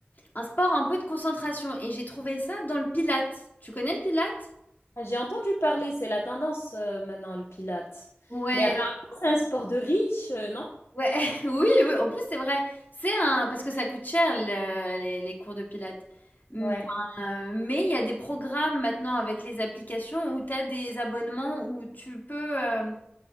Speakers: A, on the left; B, on the left.
A: un sport un peu de concentration. Et j'ai trouvé ça dans le Pilates. Tu connais le Pilates?
B: Ah, J'ai entendu parler, c'est la tendance euh, maintenant, le pilates.
A: Ouais,
B: Mais apparemment, c'est un sport de riche, euh, non?
A: Ouais, <laughs> oui, oui, en plus, c'est vrai. C'est un parce que ça coûte cher le les les cours de pilates. Mmh,
B: Ouais,
A: enfin, heu, mais il y a des programmes maintenant avec les applications où tu as des abonnements où tu peux, hem,